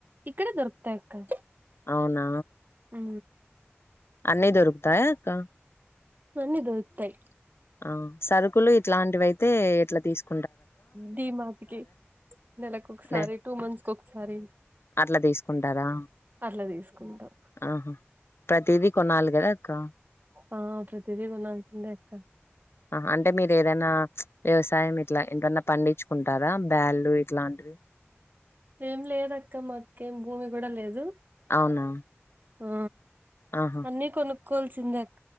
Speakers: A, on the right; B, on the left.
A: ఇక్కడే దొరుకుతాయి అక్క
B: అవునా
A: ఉ
B: అన్ని దొరుకుతాయా అక్క
A: అన్ని దొరుకుతాయి
B: ఆ సరుకులు ఇట్లాంటివి అయితే ఇట్లా తీసుకు
A: డిమార్ట్ కి నెలకు ఒకసారి
B: నె
A: టూ మంత్స్ కి ఒకసారి
B: అట్లా తీసుకుంటారా
A: అట్లా తీసుకుంటాం
B: ఆహా ప్రతిదీ కొనాలా కదా అక్క
A: ఆ ప్రతిదీ కొనాల్సిందే అక్క
B: హా అంటే మీరు ఏదైనా వ్యవసాయం ఇట్లా ఏంటన్నా పండించుకుంటారా బ్యాలు ఇట్లాంటివి <unintelligible>
A: ఏం లేద అక్క మాకి భూమి కూడా లేదు
B: అవునా
A: ఆ
B: ఆహా
A: అన్నీ కొనుక్కోవాల్సిందే అక్క